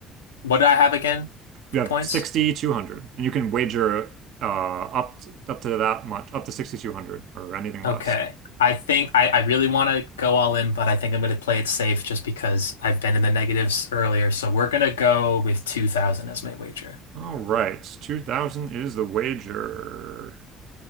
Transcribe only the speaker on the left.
What do I have again
for
points?
Okay.
I think I, I really want to go all in, but I think I'm going to play it safe just because I've been in the negatives earlier. So we're going to go with 2000 as my wager.